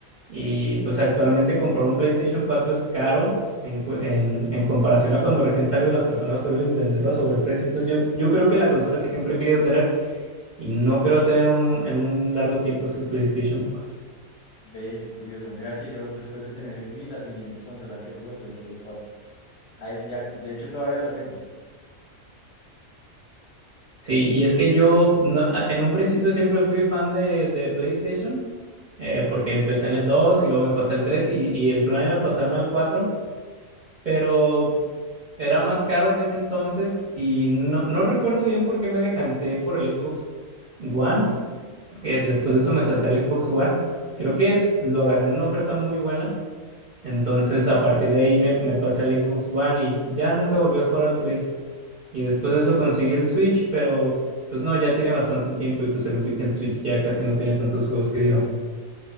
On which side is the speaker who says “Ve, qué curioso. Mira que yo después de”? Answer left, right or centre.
Left